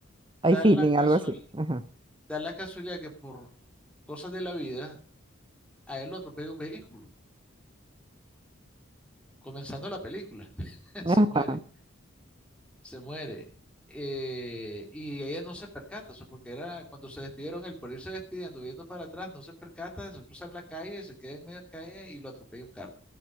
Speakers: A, on the right (about 25°); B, in the centre.
A: Hay
B: da
A: feeling,
B: la casual,
A: algo así. Ajá.
B: da la casualidad que por cosas de la vida a él lo atropella un vehículo, comenzando la película. <laughs>
A: Ajá.
B: Se muere, se muere. Eh, y ella no se percata, o sea, porque era cuando se despidieron, él por irse despidiendo, viendo para atrás, no se percata, se cruza la calle, se queda en media calle y lo atropella un carro.